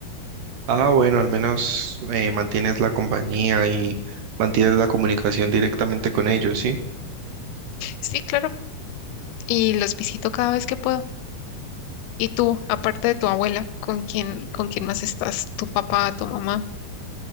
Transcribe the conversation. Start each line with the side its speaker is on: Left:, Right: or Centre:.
Right: Ah, bueno, al menos eh, mantienes la compañía y mantienes la comunicación directamente con ellos, ¿sí?
Left: Sí, claro, y los visito cada vez que puedo. ¿Y tú, aparte de tu abuela, con quién, con quién más estás? ¿Tu papá, tu mamá?